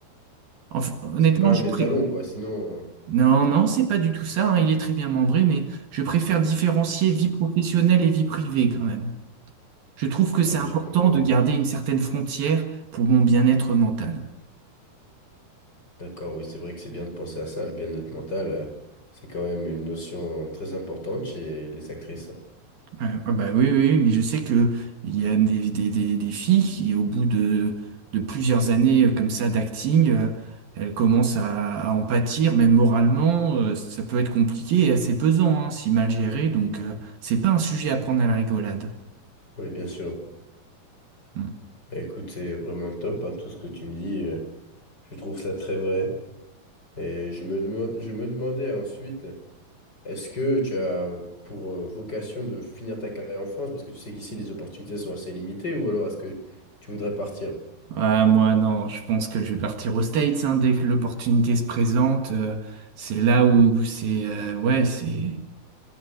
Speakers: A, on the right; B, on the left.
A: enf- honnêtement,
B: C'est pas un
A: je
B: étalon,
A: prie.
B: quoi, sinon... euh,
A: Non, non, c'est pas du tout ça. hein, il est très bien membré, mais je préfère différencier vie professionnelle et vie privée quand même. Je trouve que c'est
B: Ah oui,
A: important
B: je comprends.
A: de garder une certaine frontière pour mon bien-être mental.
B: D'accord, oui, c'est vrai que c'est bien de penser à ça, le bien-être mental, euh, c'est quand même une notion très importante chez les actrices.
A: Euh, ah bah oui, oui, oui, mais je sais que il y a des, des, des, des filles qui, au bout de, de plusieurs années euh, comme ça d'acting, euh, elles commencent à, à en pâtir, même moralement, euh, ça peut être compliqué et assez pesant, hein, si mal géré, donc euh, c'est pas un sujet à prendre à la rigolade.
B: Oui, bien sûr.
A: Hmm.
B: Bah, écoute, c'est vraiment top, hein, tout ce que tu me dis, euh, je trouve ça très vrai. Et je me demande, je me demandais ensuite, est-ce que tu as pour euh, vocation de finir ta carrière en France? Parce que tu sais qu'ici, les opportunités sont assez limitées, ou alors est-ce que tu voudrais partir?
A: Ah, moi, non, je pense que je vais partir aux States, hein, dès que l'opportunité se présente, euh, c'est là où c'est, euh, ouais, c'est,